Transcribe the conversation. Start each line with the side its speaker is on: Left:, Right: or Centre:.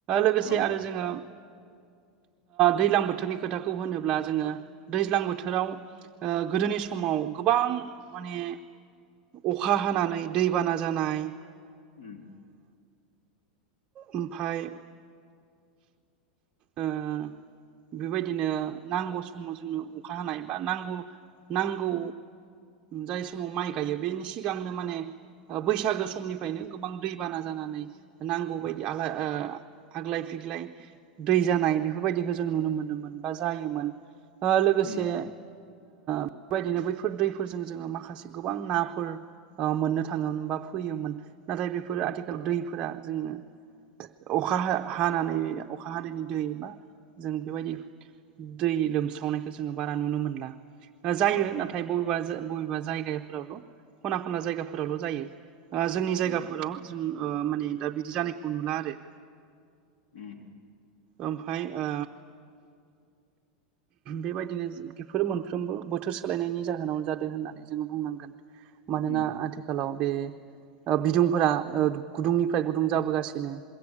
Right: लोगोसे
Left: औ
Right: आरो जोङो दैज्लां बोथोरनि खोथाखौ होनोब्ला जोङो दैज्लां बोथोराव ओ गोदोनि समाव गोबां माने अखा हानानै दैबाना जानाय
Left: उम
Right: ओमफफ्राय उम बेबायदिनो नांगौ समाव जोंनो अखा हानाय बा नांगौ नांगौ जाय समाव माइ गायो बेनि सिगांनो माने बैसागो समनिफ्रायनो गोबां दै बाना जानानै नांगौ बायदि आलाय ओ आग्लाय फि- ग्लाय दै जानाय बेफोरबायदिखौ जों नुनो मोनोमोन बा जायोमोन। ओ लोगोसे
Left: उम
Right: ओ बेबायदिनो बैफोर दैफोरजों जोङो माखासे गोबां नाफोर ओ मोननो थाङोमोन बा फैयोमोन नाथाय बेफोरो आथिखाल दैफोरा जोंनो अखा हा-हानानै अखा हादैनि दै बा जों बेबायदि दै लोमस्रावनायखौ जोङो बारा नुनो मोनला। जायो
Left: औ
Right: नाथाय बबेबा बबेबा जायगाफोरावल' खना-खनला जायगाफोरावल' जायो। ओ जोंनि जायगाफोराव
Left: उम
Right: जों ओ माने दा बिदि जानायखौ नुला आरो
Left: उम
Right: ओमफाय ओ बेबायदिनो बेफोर मोनफ्रोमबो बोथोर सोलायनायनि जाहोनावनो जादों होननानै जोङो बुंनांगोन। मानोना
Left: उम
Right: आथिखालाव बे ओ बिदुंफोरा ओ गुदुंनिफ्राय गुदुं जाबोगासिनो